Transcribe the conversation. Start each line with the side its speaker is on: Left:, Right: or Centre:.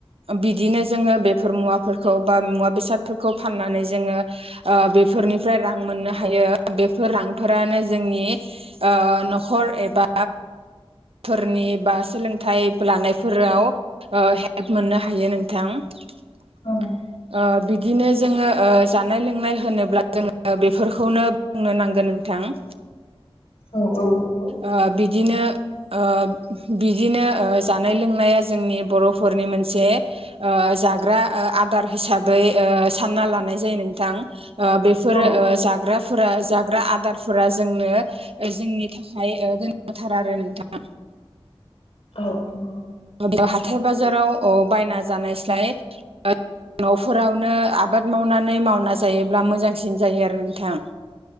Right: बिदिनो जोङो बेफोर मुवाखौ बा मुवा बेसादफोरखौ फाननानै जोङो बेफोरनिफ्राय रां मोननो हायो। बेफोर रांफोरानो जोंनि न'खर एबा फोरनि बा सोलोंथाइ लानायफोराव हेल्प मोननो हायो नोंथां बि
Left: औ
Right: बिदिनो जोङो जानाय लोंनाय होनोब्ला जोङो बेफोरखौनो बुंनो नांगोन नोंथां। <inaudible>
Left: औ औ।
Right: ओ बिदिनो ओ बिदिनो ओ जानाय लोंनाया जोंनि बर'फोर नि मोनसे जाग्रा आदार हिसाबै सानना लानाय जायो नोंथां। ओ बेफोर
Left: औ
Right: ओ जाग्राफोरा जाग्रा आदारफोरा जोंनो जोंनि थाखाय ओ गोनांथार आरो नोंथां।
Left: औ नंगौ।
Right: बेयाव हाथाय बाजाराव अ बायना जानायस्लाय ओ- न'फोरावनो आबाद मावनानै मावना जायोब्ला मोजांसिन जायो आरो नोंथां।